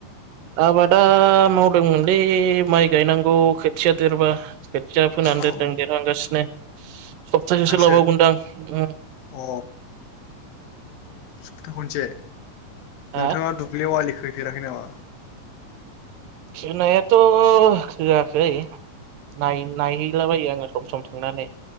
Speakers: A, on the right (about 80°); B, on the left (about 85°).
A: आबादा मावदोंमोनलै माइ गायनांगौ खोथिया देरबा खोथिया फोनानै
B: औ
A: दोनदों देरहांगासिनो सप्तासेसो
B: दासो
A: लाबावगोनदां
B: अ सप्ता खनसे
A: हा
B: नोंथाङा दुब्लियाव आलि खोहैफेराखै नामा
A: खोनायाथ' खोआखै नायहैलाबायो आङो सम - सम थांनानै